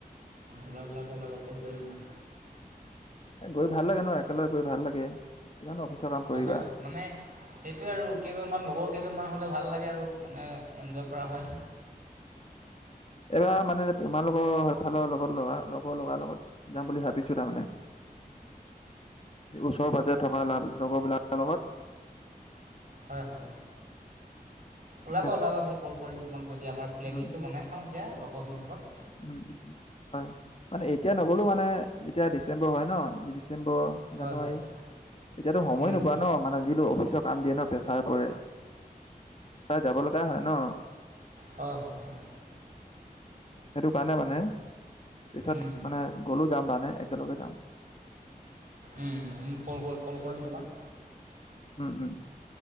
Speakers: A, on the right; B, on the left.
A: ওলাব, ওলাব, ওলাব, কল কৰিম মই।
B: গৈ ভাল লাগে ন একেলগে গৈ ভাল লাগে, কিমান অফিচৰ কাম
A: ভাল
B: কৰিবা।
A: লাগে মানে সেইটোৱে আৰু কেইজনমান লগৰ কেইজনমান হ'লে ভাল লাগে আৰু মানে এনজয় কৰা হয়।
B: এবাৰ মানে তোমালোকৰ সেইফালৰ লগত লগা লগৰ লৰা লগত যাম বুলি ভাবিছো তাৰমানে। ওচৰ পাজৰে থকা লগৰবিলাকৰ লগত।
A: হয় হয়, ওলাব
B: মানে
A: ওলাবা মই কল কৰিম তোমাক যদি আমাৰ প্লেনিংটো
B: উম,
A: বনাই চাওঁ। এয়া লগৰ খিনি লগত।
B: উম, উম, হয়। মানে এতিয়া নগ'লো মানে যেতিয়া ডিচেম্বৰ হয় ন! ডিচেম্বৰ,
A: হয়
B: জানুৱাৰী।
A: হয়
B: এতিয়াতো সময়
A: উম,
B: নোপোৱা ন! মানে যিলো অফিচত। কাম দিয়ে ন! প্ৰেছাৰ পৰে, সদায় যাব লগা হয় ন!
A: হয়, হয়, হয়।
B: সেইটো কাৰণে মানে, পিছত
A: উম,
B: মানে গ'লো যাম মানে একেলগে যাম।
A: উম, উ কল কৰিম, কল কৰিম, তোমাক।
B: উম, উম,